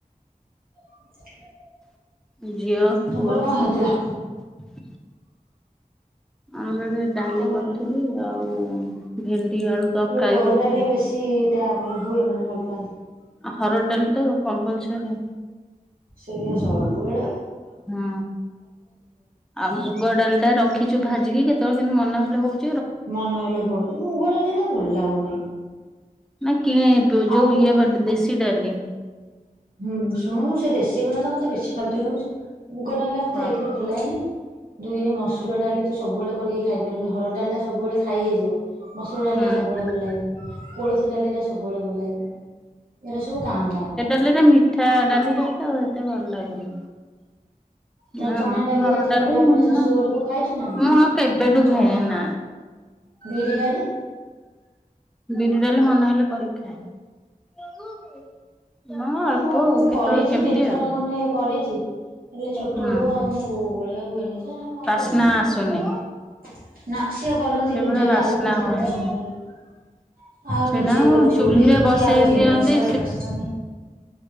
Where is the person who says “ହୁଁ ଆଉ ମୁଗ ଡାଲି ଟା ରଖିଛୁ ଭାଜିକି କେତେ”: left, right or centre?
Centre